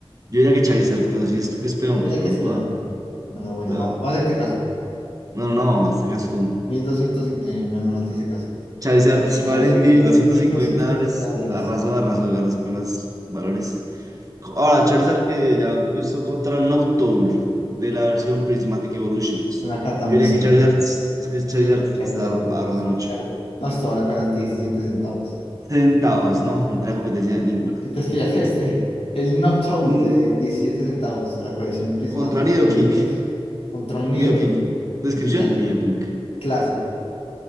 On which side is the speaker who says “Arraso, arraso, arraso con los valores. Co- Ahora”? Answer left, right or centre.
Right